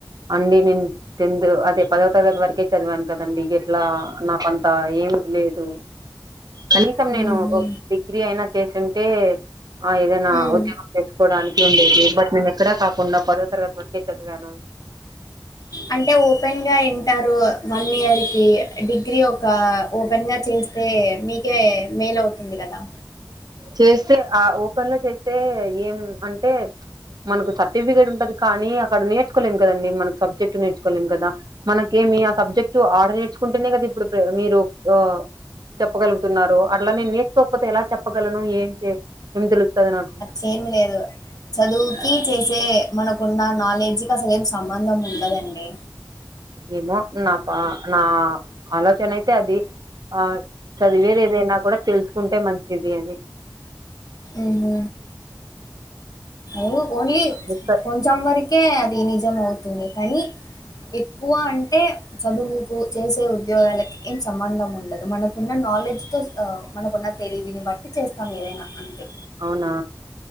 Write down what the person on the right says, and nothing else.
అండి నేను టెన్త్ అదే పదో తరగతి వరకే చదివాను కదండి ఎట్లా నాకంత ఏం తెలీదు కనీసం
నేను డిగ్రీ అయినా చేసింటే ఆ ఏదైనా
ఉద్యోగం తెచ్చుకోడానికి ఉండేది బట్ నేను ఎక్కడ కాకుండా పదో తరగతి వరకే చదివాను
చేస్తే ఆ ఓపెన్ లో చేస్తే ఏం అంటే మనకు సర్టిఫికేట్ ఉంటది కానీ అక్కడ నేర్చుకోలేం కదండి మనకు సబ్జెక్ట్ నేర్చుకోలేం కదా మనకేమి ఆ సబ్జెక్ట్ ఆడ నేర్చుకుంటేనే కదా ఇప్పుడు ప్రే మీరు ఓ చెప్పగలుగుతున్నారు అట్లా నేను నేర్చుకోకపోతే ఎలా చెప్పగలను ఏం చే ఏం తెలుస్తది నాకు
ఏమో నా పా నా ఆలోచన అయితే అది ఆ చదివేది ఏదైనా కూడా తెలుసుకుంటే మంచిది అని
ఎక్క
అవునా